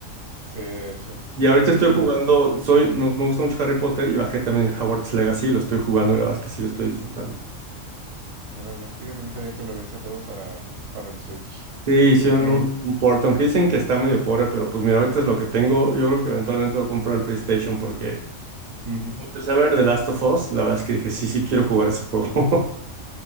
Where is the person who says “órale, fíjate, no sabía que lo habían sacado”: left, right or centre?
Right